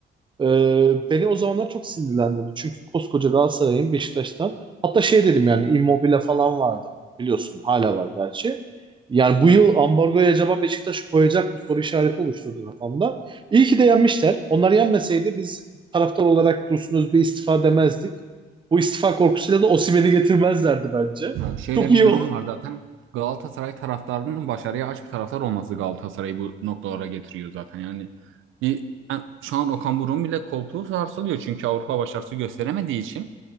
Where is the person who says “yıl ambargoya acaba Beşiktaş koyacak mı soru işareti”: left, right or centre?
Right